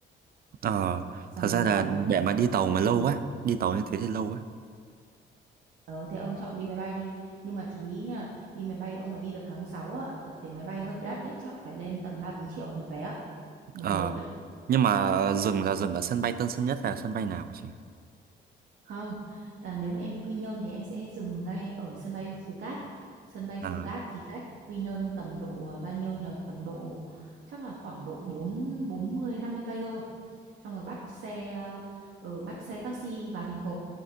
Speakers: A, on the right; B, on the right.
A: Ờ,
B: xong
A: thật ra
B: rồi
A: là
B: ờ,
A: để mà đi tàu mà lâu quá, đi tàu như thế thì lâu quá.
B: Ờ thế ông chọn đi máy bay đi Nhưng mà chú ý nha Đi máy bay ông mà đi được tháng 6 á là Tiền máy bay hơi đắt đấy Chắc là phải lên tầm ba bốn triệu một vé á, Một
A: Ờ,
B: lượt đấy
A: nhưng mà dừng là dừng ở sân bay Tân Sơn Nhất là sân bay nào chị?
B: Không à, Nếu mà em đi Quy Nhơn thì em sẽ dừng ngay ở sân bay Phú Cát Sân bay
A: À,
B: Phú Cát thì cách Quy Nhơn tầm độ à, bao nhiêu nhờ Tầm độ chắc là khoảng độ bốn bốn mươi năm mươi cây thôi Xong rồi bắt xe ở Bắt xe taxi vào thành phố